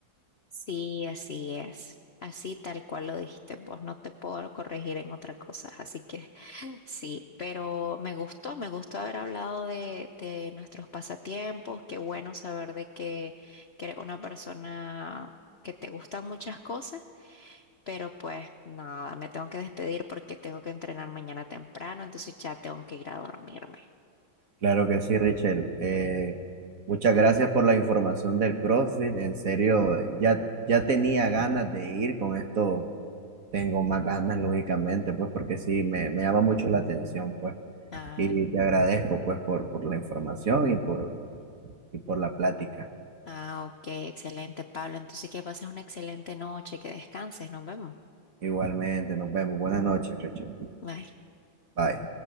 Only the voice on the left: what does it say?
Sí, así es. Así tal cual lo dijiste vos, no te puedo corregir en otra cosa. Así que <laughs> sí, pero me gustó, me gustó haber hablado de, de nuestros pasatiempos. Qué bueno saber de que, que eres una persona que te gustan muchas cosas, pero pues nada, me tengo que despedir porque tengo que entrenar mañana temprano, entonces ya tengo que ir a dormirme.
Ah,
ah, ok, excelente, Pablo. Entonces que pases una excelente noche, que descanses, nos vemos.
Bye.